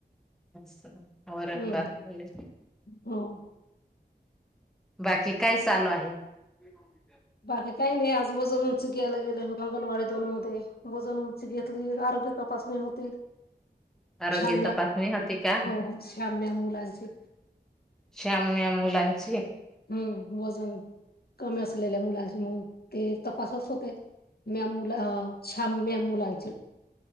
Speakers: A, in the centre; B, on the left.
A: असं. वरण
B: हम्
A: भात पोळी
B: हो.
A: बाकी काय चालू आहे? ह <unintelligible>
B: बाकी काही नाही आज वजन उंची घ्यायला गेले हो अंगणवाडी दोन मध्ये वजन उंची घेतली आरोग्य तपासणी होती.
A: आरोग्य
B: <inaudible>
A: तपासणी होती का
B: म्यॅम मुलांचे.
A: श्याम म्यां मुलांची
B: हम्म वजन कमी असलेल्या मुलांचे मग ते तपासच होते म्या मुला श्याम म्या मुलांचे